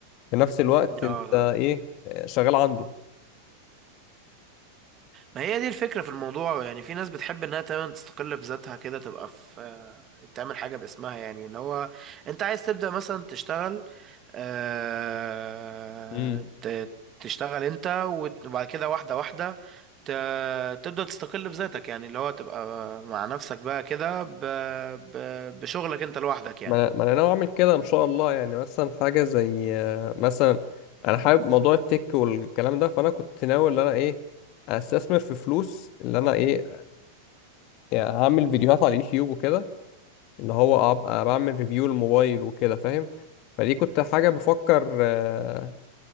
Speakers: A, on the left; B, on the right.
A: في نفس الوقت
B: اه
A: انت
B: طبعا
A: ايه آه، شغال عنده
B: ما هي دي الفكرة في الموضوع يعني في ناس بتحب انها تمام تستقل بذاتها كده تبقى في آه، تعمل حاجة باسمها يعني اللي هو انت عايز تبدأ مثلا تشتغل آه،
A: امم
B: ت- تشتغل انت وت- وبعد كده واحدة واحدة ت- تبدأ تستقل بذاتك يعني اللي هو تبقى مع نفسك بقى كده ب- ب- بشغلك انت لوحدك يعني
A: ما ما انا ناوي اعمل كده ان شاء الله يعني مثلا حاجه زي آه مثلا انا حابب موضوع التك والكلام ده فانا كنت ناوي ان انا ايه استثمر في فلوس اللي انا ايه يعني هعمل فيديوهات على اليوتيوب وكده اللي هو ابقى بعمل ريفيو الموبايل وكده فاهم فدي كنت حاجة بفكر آه